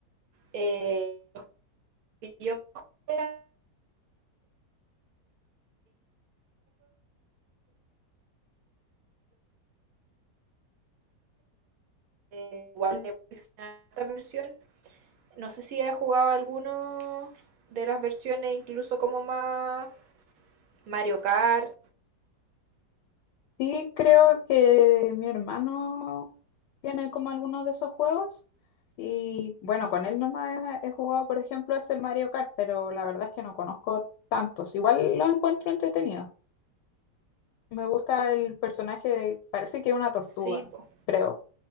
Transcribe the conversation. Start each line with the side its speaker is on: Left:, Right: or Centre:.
Right: eh, los que yo era- eh, igual de esta versión. No sé si has jugado alguno de las versiones, incluso como más Mario Kart,
Left: Sí, creo que mi hermano tiene como algunos de esos juegos y bueno, con él nomás he, he jugado, por ejemplo, es el Mario Kart, pero la verdad es que no conozco tantos. Igual los encuentro entretenidos. Me gusta el personaje, de- parece que es una tortuga,
Right: sí, po.
Left: creo,